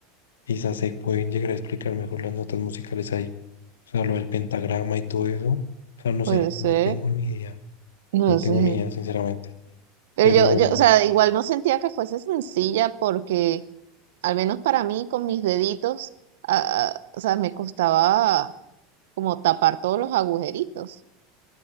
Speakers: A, on the left; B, on the right.
A: quizás se pueden llegar a explicar mejor las notas musicales ahí, o sea, lo del pentagrama y todo eso. O sea, no
B: puede
A: sé,
B: ser,
A: no tengo ni idea
B: no
A: No tengo
B: sé.
A: ni idea, sinceramente,
B: Pero
A: pero
B: yo, yo, o sea, igual no sentía que fuese sencilla porque al menos para mí con mis deditos, ah, ah, o sea, me costaba como tapar todos los agujeritos.